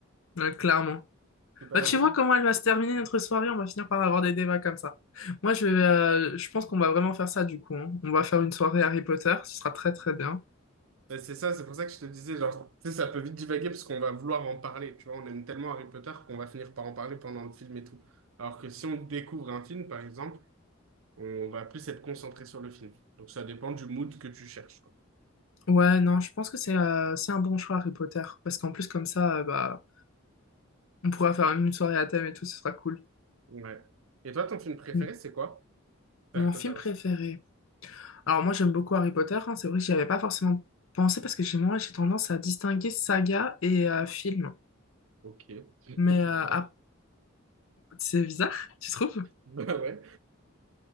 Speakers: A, on the left; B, on the right.
A: Ouais, clairement.
B: <laughs> C'est pas
A: Bah,
B: la
A: tu
B: vraie
A: vois
B: vie.
A: comment elle va se terminer notre soirée, on va finir par avoir des débats comme ça. Moi, je, vais, euh, je pense qu'on va vraiment faire ça du coup. hein. On va faire une soirée Harry Potter, ce sera très très bien.
B: Ben, c'est ça, c'est pour ça que je te disais, genre, tu sais, ça peut vite divaguer parce qu'on va vouloir en parler, tu vois, on aime tellement Harry Potter qu'on va finir par en parler pendant le film et tout. Alors que si on découvre un film, par exemple, on va plus être concentré sur le film. Donc ça dépend du mood que tu cherches, quoi.
A: Ouais, non, je pense que c'est euh, c'est un bon choix Harry Potter, parce qu'en plus comme ça, euh, bah, on pourra faire une soirée à thème et tout, ce sera cool.
B: Ouais. Et toi, ton film préféré,
A: Mm.
B: c'est quoi? C'est
A: Mon
B: Harry Potter
A: film
B: aussi.
A: préféré. Alors moi, j'aime beaucoup Harry Potter, hein. C'est vrai que j'y avais pas forcément pensé, parce que chez moi, j'ai tendance à distinguer saga et euh, film.
B: Ok, <laughs> c'est
A: Mais euh,
B: bizarre.
A: ah, c'est bizarre, tu trouves?
B: Bah ouais.